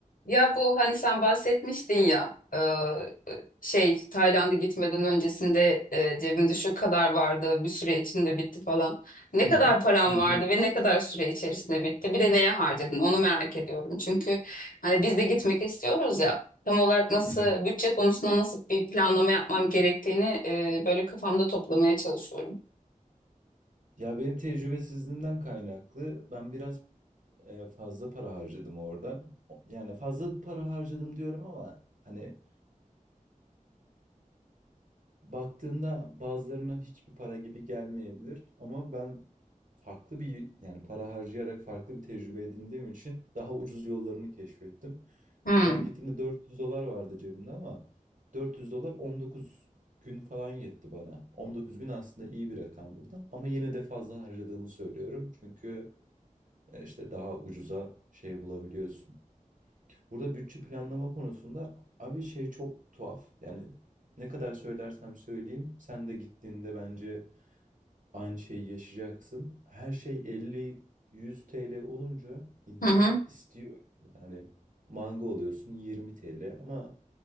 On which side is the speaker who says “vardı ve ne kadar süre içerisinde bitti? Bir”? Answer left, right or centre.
Left